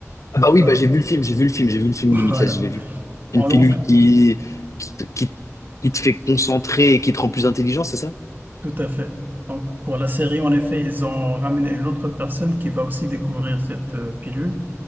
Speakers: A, on the left; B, on the right.
A: Ah bah oui,
B: euh,
A: bah j'ai vu le film, j'ai vu le film, j'ai vu le film
B: <laughs>
A: Limitless,
B: voilà.
A: je l'ai vu.
B: Bon,
A: Une pilule
B: donc,
A: qui, qui, te- qui, qui te fait concentrer et qui te rend plus intelligent, c'est ça?
B: tout à fait. Donc, pour la série, en effet, ils ont ramené une autre personne qui va aussi découvrir cette euh, pilule.